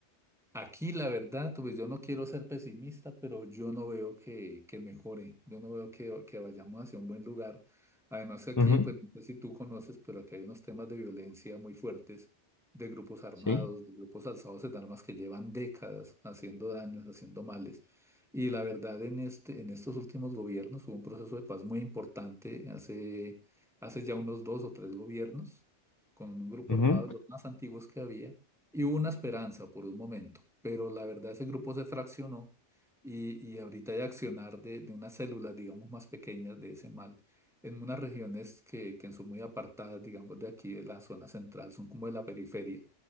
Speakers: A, in the centre; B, on the left (about 20°).
A: Aquí, la verdad, pues yo no quiero ser pesimista, pero yo no veo que, que mejore, yo no veo que, que vayamos hacia un buen lugar. Además que aquí,
B: Ujú,
A: pues no sé si tú conoces, pero aquí hay unos temas de violencia muy fuertes, de grupos armados,
B: Sí,
A: de grupos alzados en armas que llevan décadas haciendo daños, haciendo males. Y la verdad, en este, en estos últimos gobiernos hubo un proceso de paz muy importante hace, hace ya unos dos o tres gobiernos, con un grupo
B: ujú,
A: armado, los más antiguos que había y hubo una esperanza por un momento, pero la verdad ese grupo se fraccionó y, y ahorita hay accionar de, de unas células, digamos, más pequeñas de ese mal en unas regiones que, que son muy apartadas, digamos, de aquí, de la zona central, son como de la periferia.